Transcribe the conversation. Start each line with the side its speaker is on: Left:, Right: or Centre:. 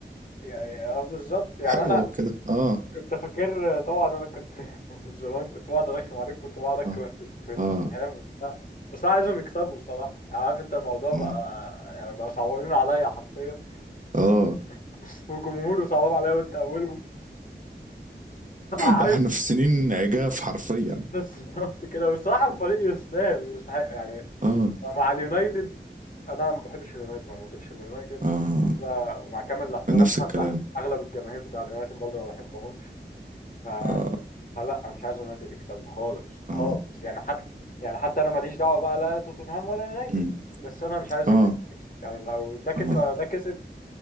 Left: يعني اه بالظبط يعني
Right: حلوة
Left: انا
Right: كده اه
Left: انت فاكر طبعا انا كنت <laughs> زمان كنت بقعد ارخم عليك كنت بقعد اكره
Right: اه
Left: توت- في توتنهام
Right: اه
Left: وبتاع بس انا عايزهم يكسبوا الصراحه يعني عارف انت الموضوع
Right: اه
Left: بقى يعني بقى صعبانين عليا حرفيا
Right: اه
Left: <laughs> وجمهوري صعبان عليا وانت اولهم <laughs>
Right: واحنا
Left: عايز
Right: في سنين عجاف حرفيا
Left: بالظبط كده والصراحه الفريق يستاهل ويستحق يعني
Right: اه
Left: مع اليونايتد انا ما بحبش اليونايتد ما بطيقش اليونايتد
Right: اه
Left: لا ومع كامل الاحترام
Right: آه. نفس
Left: حتى
Right: الكلام
Left: اغلب الجماهير بتاع اليونايتد برضه ما بحبهمش ف
Right: اه
Left: لا مش عايز يونايتد يكسبوا خالص خالص
Right: اه
Left: يعني حتى يعني حتى انا ماليش دعوه بقى لا توتنهام ولا يونايتد
Right: امم
Left: بس انا مش عايز
Right: اه
Left: يونايتد تكسب يعني لو ده كسب
Right: اه
Left: او ده كسب